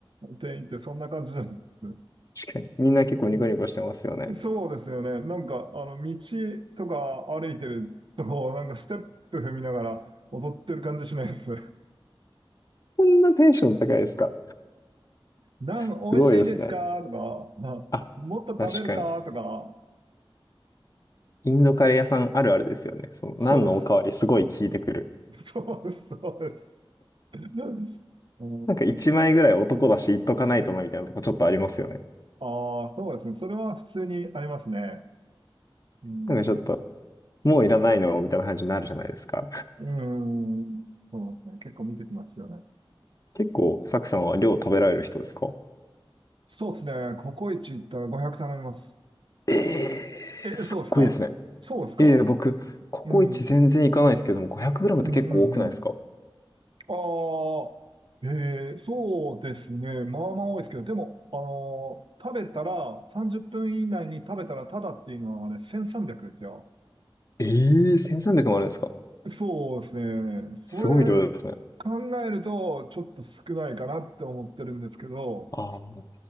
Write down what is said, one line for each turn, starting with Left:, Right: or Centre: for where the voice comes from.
Right: 店員ってそんな感じじゃないですか。
Left: 確かに。みんな結構ニコニコしてますよね。
Right: うんそうですよね。なんか、あの、道とか歩いてると、なんかステップ踏みながら踊ってる感じしないです。
Left: こんなテンション高いですか
Right: ナン美味しいですかとか、
Left: すごいですね。
Right: あもっと食べるかとか、
Left: あ、確かに。インドカレー屋さんあるあるですよね。その、
Right: そうです。
Left: 何のおかわりすごい聞いてくる。
Right: そうです、そうです。うん、そう
Left: なんか一枚ぐらい男だし言っとかないとなみたいなとこちょっとありますよね。
Right: うんああ、そうですね。それは普通にありますね。うん、
Left: なんかちょっと、もういらないのみたいな感じになるじゃないですか。
Right: うん、そうですね。結構見てきますよね。
Left: 結構、サクさんは量食べられる人ですか
Right: そうですね。ココイチ行ったら500頼みます。
Left: ええー、
Right: え、
Left: すっごいですね。
Right: そうですかそうですか
Left: ええ僕、ココイチ全然いかないですけども、
Right: うん、うん、
Left: 500g って結構多くないですか
Right: うん、うん。ああ、えー、そうですね。まあまあ多いですけど、でも、あのー食べたら、30分以内に食べたらタダっていうのはあれ、1300ですよ。
Left: ええー、1300もあるんですか
Right: そうですね。それ
Left: すごい量ですね。
Right: 考えると、ちょっと少ないかなって思ってるんですけど、
Left: ああ、確